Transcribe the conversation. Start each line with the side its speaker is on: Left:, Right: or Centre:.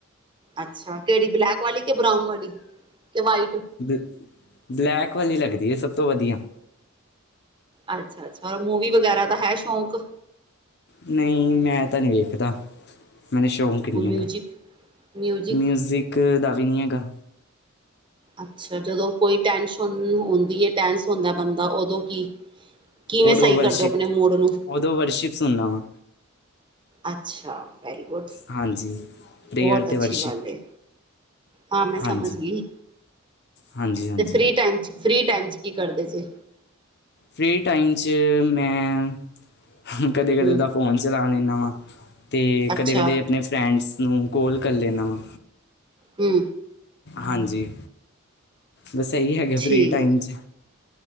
Right: ਅੱਛਾ ਕਿਹੜੀ ਬਲੈਕ ਵਾਲੀ ਕਿ ਬਰਾਊਨ ਵਾਲੀ ਕਿ ਵਾਈਟ?
Left: ਦੇ ਬਲੈਕ ਵਾਲੀ ਲੱਗਦੀ ਐ ਸਭ ਤੋਂ ਵਧੀਆ।
Right: ਅੱਛਾ-ਅੱਛਾ ਓਰ ਮੂਵੀ ਵਗੈਰਾ ਦਾ ਹੈ ਸ਼ੌਕ?
Left: ਨਈ ਮੈਂ ਤਾਂ ਨੀ ਵੇਖਦਾ ਮੈਨੂੰ ਸ਼ੌਕ ਨੀ
Right: ਮਿਊਜਿਕ
Left: ਹੈਗਾ
Right: ਮਿਊਜਿਕ
Left: ਮਿਊਜ਼ਿਕ ਦਾ ਵੀ ਨੀ ਹੈਗਾ।
Right: ਅੱਛਾ ਜਦੋਂ ਕੋਈ ਟੈਂਸ਼ਨ ਹੁੰਦੀ ਐ ਟੈਂਸ ਹੁੰਦਾ ਬੰਦਾ ਓਦੋਂ ਕੀ? ਕਿਵੇਂ
Left: ਓਦੋਂ
Right: ਸਹੀ
Left: ਵਰਸ਼ਿਪ
Right: ਕਰਦੇ ਹੋ ਆਪਣੇ ਮੂਡ ਨੂੰ
Left: ਓਦੋਂ ਵਰਸ਼ਿਪ ਸੁਣਨਾ ਵਾ।
Right: ਅੱਛਾ ਵੈਰੀ ਗੁੱਡ
Left: ਹਾਂਜੀ ਪ੍ਰੇਅਰ
Right: ਬੋਤ
Left: ਅਤੇ
Right: ਅੱਛੀ
Left: ਵਰਸ਼ਿਪ
Right: ਗੱਲ ਏ। ਹਾਂ ਮੈਂ ਸਮਝ
Left: ਹਾਂਜੀ
Right: ਗੀ
Left: ਹਾਂਜੀ ਹਾਂਜੀ
Right: ਤੇ ਫ੍ਰਰੀ ਟਾਈਮ ਚ ਫ੍ਰੀ ਟਾਈਮ ਚ ਕੀ ਕਰਦੇ ਜੇ।
Left: ਫ੍ਰੀ ਟਾਈਮ ਚ ਮੈਂ ਕਦੇ-ਕਦੇ
Right: ਹੂੰ
Left: ਤਾਂ ਫੋਨ ਚਲਾ ਲੈਂਨਾ ਵਾਂ ਤੇ
Right: ਅੱਛਾ
Left: ਕਦੇ-ਕਦੇ ਆਪਣੇ ਫਰੈਂਡਸ ਨੂੰ ਕੋਲ ਕਰ ਲੈਂਨਾ ਵਾ।
Right: ਹੂੰ।
Left: ਹਾਂਜੀ। ਬਸ ਐਹੀ ਹੈਗਾ ਫਰੀ
Right: ਠੀਕ
Left: ਟਾਈਮ ਚ।